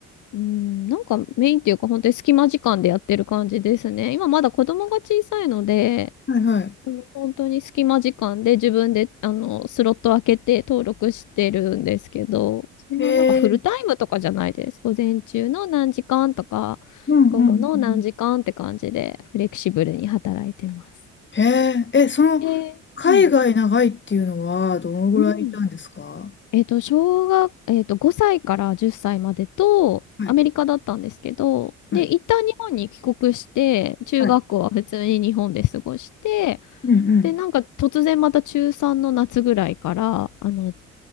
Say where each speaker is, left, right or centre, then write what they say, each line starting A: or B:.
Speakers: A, on the left (about 65°); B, on the left (about 35°).
A: うん、なんかメインっていうか本当に隙間時間でやってる感じですね。今まだ子供が小さいので、
B: はいはい。
A: あの本当に隙間時間で自分であのスロット開けて登録してるんですけど、そんななんかフルタイムとかじゃないです。
B: へえ。
A: 午前中の何時間とか、
B: うんうんうんうん。
A: 午後の何時間って感じでフレキシブルに働いてます。
B: へえ。え、その、
A: え
B: 海外長いっていうのは、
A: ー、うん。
B: どのぐらいいたんですか
A: うんえっと、小学、えっと、5歳から10歳までと、
B: はい
A: アメリカだったんですけど、
B: はい
A: で、一旦日本に帰国して、中学校は普通に日本で過ごして、
B: はい。うん
A: で、なんか突然また中3の夏ぐらいから、あの、